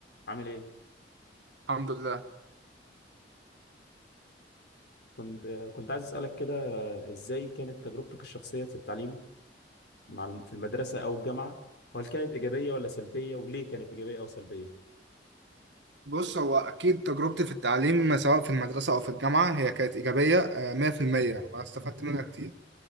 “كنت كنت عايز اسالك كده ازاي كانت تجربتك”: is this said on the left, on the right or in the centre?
Left